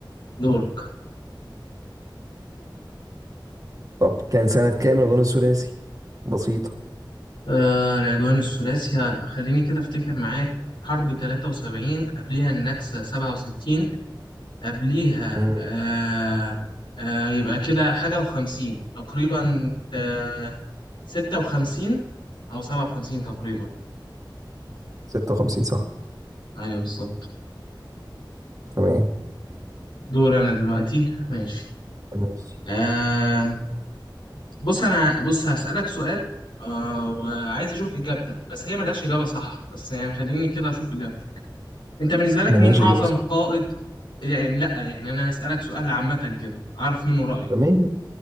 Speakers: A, on the left; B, on the right.
A: دورك
B: طب كان سنة كام الغزو الثلاثي بسيطة
A: آه العدوان الثلاثي خليني كده افتكر معاك حرب 73 قبلها النكسة 67 قبليها
B: مم.
A: آه آه يبقى كده حاجة وخمسين تقريبا آه ستة وخمسين أو سبعة وخمسين تقريبا
B: 56 صح
A: أيوه بالظبط
B: تمام
A: دور أنا دلوقتي ماشي
B: ماشي
A: آه بص أنا بص هسألك سؤال آه وعايز أشوف إجابتك بس هي ملهاش إجابة صح بس يعني خليني كده أشوف إجابتك أنت بالنسبة لك
B: ملهاش
A: مين أعظم
B: إجابة صح
A: قائد يعني لأ يعني أنا هسألك سؤال عامة كده أعرف منه رأيك
B: تمام